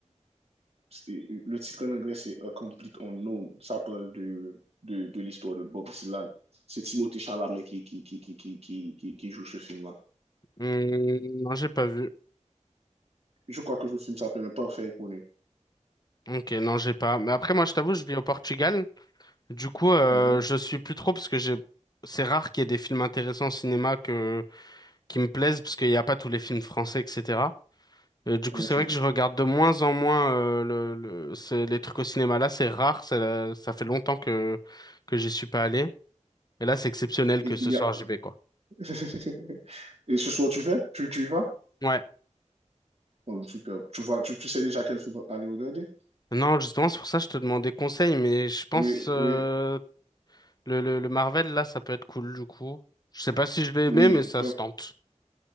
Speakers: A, on the right; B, on the left.
A: le titre en anglais, c'est A Complete Unknown. Ça parle de, de, de l'histoire de Bob Dylan. C'est Timothée Chalamet qui, qui, qui, qui, qui, qui, qui joue ce film-là.
B: Hum, non, j'ai pas vu.
A: Je crois que ce film s'appelle Parfait Connu.
B: Ok, non, j'ai pas. Mais après, moi, je t'avoue, je vis au Portugal. Du coup, euh,
A: Mhm,
B: je suis plus trop parce que j'ai. C'est rare qu'il y ait des films intéressants au cinéma que qui me plaisent parce qu'il n'y a pas tous les films français, etc. Euh, du
A: ok.
B: coup, c'est vrai que je regarde de moins en moins euh, le, le- c'est- les trucs au cinéma. Là, c'est rare. Ça, ça fait longtemps que que j'y suis pas allé. Et là, c'est exceptionnel
A: Il,
B: que ce
A: il y
B: soir
A: a...
B: j'y vais, quoi.
A: <laughs> Et ce soir, tu fais tu, tu y vas
B: Ouais.
A: Oh, super. Tu, vois, tu, tu sais déjà quel film aller regarder
B: Non, justement, c'est pour ça que je te demandais conseil, mais je pense
A: Oui,
B: euh,
A: oui,
B: le, le le Marvel là, ça peut être cool du coup. Je sais pas si je vais
A: oui.
B: aimer, mais ça se tente.